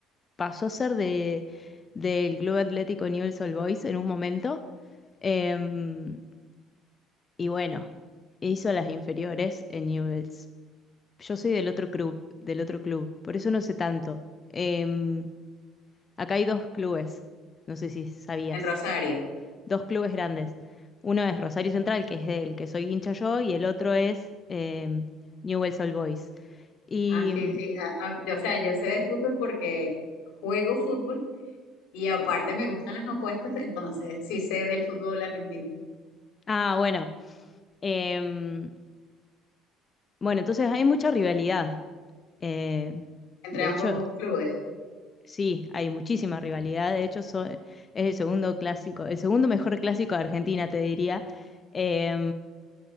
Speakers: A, on the left; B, on the left.
A: pasó a ser de, del Club Atlético Newell's Old Boys en un momento. Em, y bueno, hizo las inferiores en Newell's. Yo soy del otro club, del otro club, por eso no sé tanto. Em, acá hay dos clubes, no sé si sabías,
B: en Rosario.
A: dos clubes grandes. Uno es Rosario Central, que es del que soy hincha yo, y el otro es em, Newell's Old Boys. Y,
B: Ah, sí, sí. ah, ah, yo, o sea, yo sé de fútbol porque juego fútbol y aparte me gustan las apuestas, entonces sí sé del fútbol argentino,
A: ah, bueno, em, Bueno, entonces hay mucha rivalidad. Eh,
B: entre
A: de
B: ambos
A: hecho,
B: clubes.
A: sí, hay muchísima rivalidad. De hecho, so- es el segundo clásico, el segundo mejor clásico de Argentina, te diría. Eh,